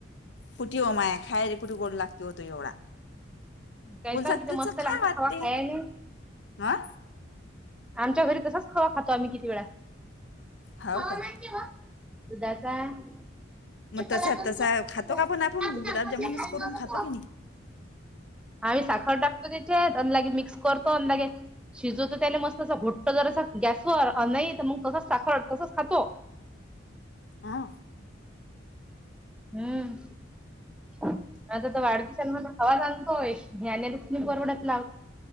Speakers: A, on the left; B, in the centre.
A: कुठे हो माय खाय रे कुठे गोड लागते हो तो एवढा.
B: काय
A: उल्चक
B: तर किती
A: तेच्या
B: मस्त लागते
A: खा
B: खवा
A: ते
B: खायला
A: आं
B: आमच्या घरी तसाच खवा खातो आम्ही किती वेळा.
A: हो
B: <unintelligible>
A: काय
B: <unintelligible>
A: मग तसा तसा खातो का पण आपण गुलाबजामुनच करून खातो की नाही
B: आम्ही साखर टाकतो त्याच्यात अनलागे मिक्स करतो अनलागे शिजवतो त्याले मस्त. तसं घोट्ट जर असं गॅसवर नाही तर मग तसं साखर तसचं खातो.
A: हा.
B: हम्म. आता तर वाढदिवांमध्ये हवा सांगतोय घ्यायलीत परवडत लाव